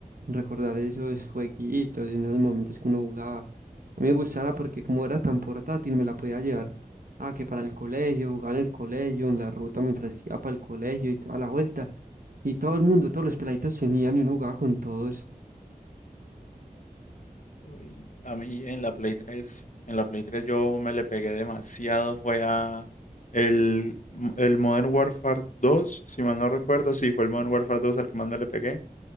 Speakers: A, on the right; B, on the left.
A: recordar esos jueguitos en los momentos que uno jugaba. A mí me gustaba porque como era tan portátil, me la podía llevar Ah, que para el colegio, jugar en el colegio, en la ruta mientras iba para el colegio y toda la vuelta. Y todo el mundo, todos los peladitos tenían y uno jugaba con todos.
B: Uy, a mí en la Play tres en la Play tres yo me le pegué demasiado, fue a el, el Modern Warfare dos si mal no recuerdo, sí, fue el Modern Warfare dos al que más me le pegué.